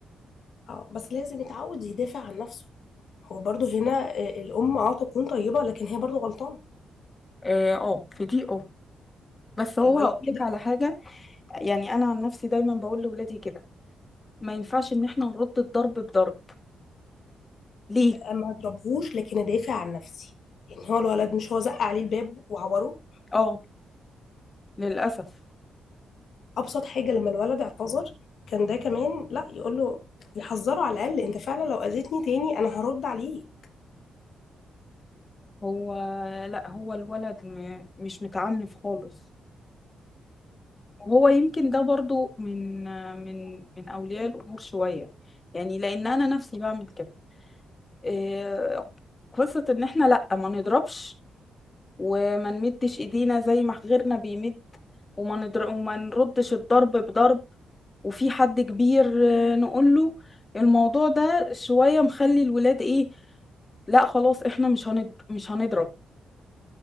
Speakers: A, on the left; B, on the left.
A: اه بس لازم يتعود يدافع عن نفسه هو برضه هنا آه، الام اه تكون طيبه لكن هي برضه غلطانه
B: اه آه، في دي اه بس هو
A: الولد
B: هقولك
A: كده
B: على حاجة يعني انا عن نفسي دايما بقول لاولادي كده ما ينفعش ان احنا نرد الضرب بضرب ليه
A: آه، ما اضربهوش لكن ادافع عن نفسي يعني هو الولد مش هو زق عليه الباب وعوره
B: اه للاسف
A: ابسط حاجه لما الولد اعتذر كان ده كمان لا يقول له يحذره على الاقل انت فعلا لو اذيتني تاني انا هرد عليك
B: هو لا هو الولد م... مش متعنف خالص وهو يمكن ده برضو من من من اولياء الامور شوية يعني لان انا نفسي بعمل كده إيه، قصة ان احنا لا ما نضربش وما نمدش ايدينا زي ما غيرنا بيمد وما ندر... وما نردش الضرب بضرب وفي حد كبير آه، نقول له الموضوع ده شوية مخلي الولاد ايه لا خلاص احنا مش هنضرب مش هنضرب